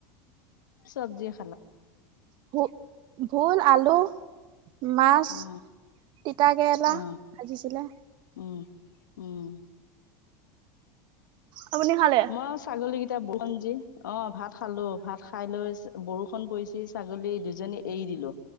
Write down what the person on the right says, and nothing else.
ভু ভুল, আলু মাছ,
তিতাকেৰেলা
ভাজিছিলে।
আপুনি খালে?